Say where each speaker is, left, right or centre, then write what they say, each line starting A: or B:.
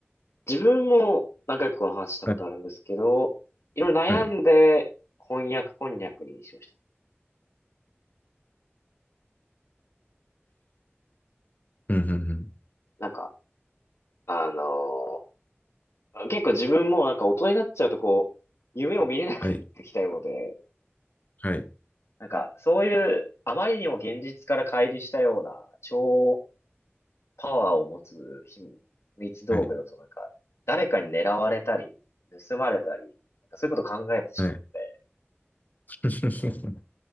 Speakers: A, on the left; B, on the left.
A: 自分も何回かこの話したことあるんですけど、
B: はい。
A: いろいろ悩んで翻訳こんにゃくにしました。
B: はい。うん、うん、うん。
A: なんか、あのー結構自分もなんか大人になっちゃうとこう、夢を見れなくなってきたようで、
B: はい。はい。
A: なんか、そういう、あまりにも現実から乖離したような、超パワーを持つ秘密道具だと、
B: はい。
A: なんか、誰かに狙われたり、盗まれたり、なんかそういうこと考えてしまって。
B: はい。<laughs>